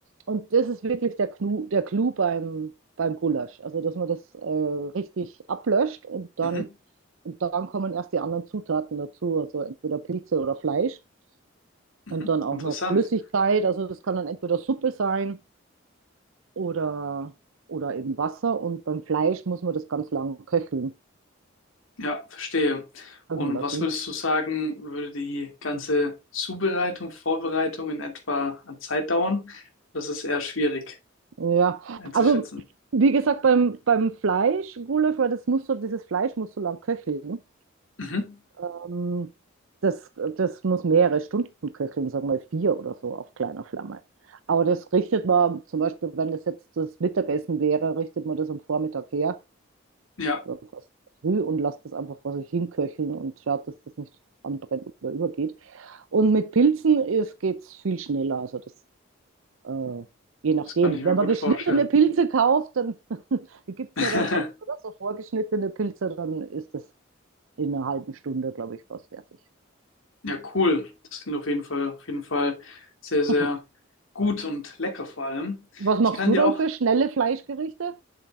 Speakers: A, on the right; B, on the left.
A: Und das ist wirklich der Clou, der Clou beim, beim Gulasch. Also, dass man das äh, richtig ablöscht und dann,
B: Mhm.
A: und dann kommen erst die anderen Zutaten dazu, also entweder Pilze oder Fleisch
B: Mhm.
A: und dann auch
B: Interessant.
A: noch Flüssigkeit. Also, das kann dann entweder Suppe sein oder, oder eben Wasser. Und beim Fleisch muss man das ganz lang köcheln,
B: Ja, verstehe. Und
A: köcheln lassen.
B: was würdest du sagen, würde die ganze Zubereitung, Vorbereitung in etwa an Zeit dauern? Das ist eher schwierig
A: Ja,
B: einzuschätzen.
A: also wie gesagt, beim, beim Fleisch, Gulasch, weil das muss so, dieses Fleisch muss so lang köcheln.
B: Mhm.
A: Ähm, das, das muss mehrere Stunden köcheln, sagen wir vier oder so auf kleiner Flamme. Aber das richtet man zum Beispiel, wenn das jetzt das Mittagessen wäre, richtet man das am Vormittag her
B: Ja,
A: oder fast früh und lasst das einfach vor sich hinköcheln und schaut, dass das nicht anbrennt oder übergeht. Und mit Pilzen geht es viel schneller. Also das, äh, je nachdem.
B: das kann ich mir
A: Wenn
B: gut
A: man geschnittene
B: vorstellen.
A: Pilze kauft, dann <laughs> die gibt es
B: <laughs>
A: ja dann auch oder? so vorgeschnittene Pilze, dann ist das in einer halben Stunde, glaube ich, fast fertig.
B: Ja, cool. Das klingt auf jeden Fall, auf jeden Fall sehr, sehr
A: <laughs>
B: gut und lecker vor allem.
A: Was machst
B: Ich kann
A: du
B: dir
A: dann
B: auch
A: für schnelle Fleischgerichte?